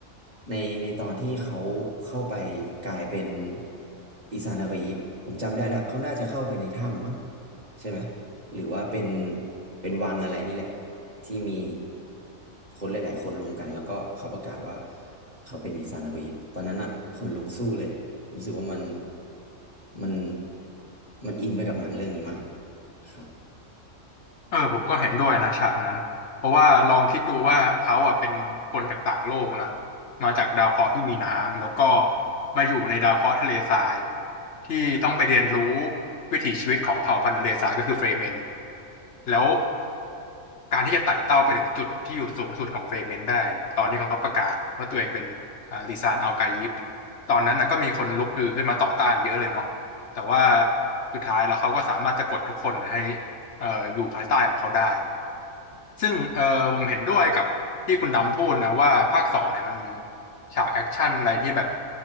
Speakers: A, on the right; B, on the left.
A: ในในตอนที่เขาเข้าไปกลายเป็นอิซานากิผมจำได้แล้วเขาน่าจะเข้าไปในถ้ำมั้งใช่ไหมหรือว่าเป็นเป็นวังอะไรนี่แหละที่มีคนหลายๆคนรวมกันแล้วก็เขาประกาศว่าเขาเป็นอิซานากิตอนนั้นอะคนลุกสู้เลยรู้สึกว่ามันมันมันอินไปกับหนังเรื่องนี้มากครับ
B: เออผมก็เห็นด้วยนะฉากนั้นเพราะว่าลองคิดดูว่าเขาอ่ะเป็นคนจากต่างโลกนะมาจากดาวเคราะห์ที่มีน้ำแล้วก็มาอยู่ในดาวเคราะห์ทะเลทรายที่ต้องไปเรียนรู้วิถีชีวิตของเผ่าพันธุ์ทะเลทรายก็คือเฟรเมนแล้วการที่จะไต่เต้าไปถึงจุดที่อยู่สูงสุดของเฟรเมนได้เนี่ยตอนที่เขาประกาศว่าตัวเองเป็นอ่าลีซานอัลไกยิปตอนนั้นนะก็มีคนลุกฮือขึ้นมาต่อต้านเยอะเลยเนาะแต่ว่าสุดท้ายแล้วเขาก็สามารถจะกดทุกคนให้เอ่ออยู่ภายใต้ของเขาได้ ซึ่งเออผมเห็นด้วยกับที่คุณดำพูดนะว่าภาคสองเนี่ยมันมีฉากแอคชั่นอะไรที่แบบ